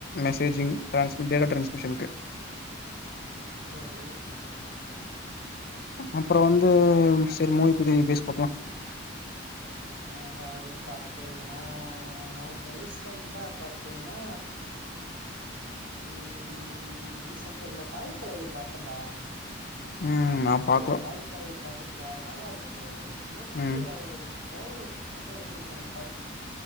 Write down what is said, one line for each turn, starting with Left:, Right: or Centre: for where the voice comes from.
Left: messaging டிரான்ஸ்மி data டிரான்ஸ்மிஷனுக்கு
Right: சரி
Left: அப்புறம் வந்து சரி மூவிப்பத்தி நீ பேசு பாக்கலாம்
Right: அதாவது பாத்தேனா நான் இப்ப ரீசன்டா பாத்தேன்னா ம் ரீசன்டா என்ன தாய் கிழவி பாத்தேன்டா
Left: ம் நா
Right: சரியா
Left: பாக்கல
Right: தாய்க் கிழவி பார்த்துருக்கேன் அது நல்லா இருக்கு முக்த்தி
Left: ம்
Right: வருவது மூணு நகை வச்சிருக்கு அந்த பாட்டி